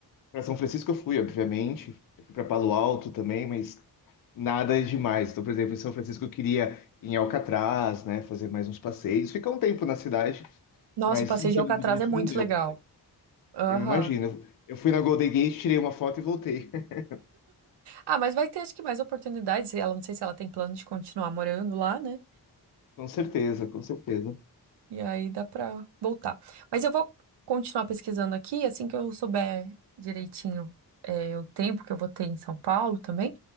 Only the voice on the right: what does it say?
Nossa,
o passeio
de Alcatraz é muito
legal. Aham.
Ah, mas vai ter acho que mais oportunidades. Ela não sei se ela tem plano de continuar morando lá, né?
E aí dá pra voltar. Mas eu vou continuar pesquisando aqui, assim que eu souber direitinho é, o tempo que eu vou ter em São Paulo também.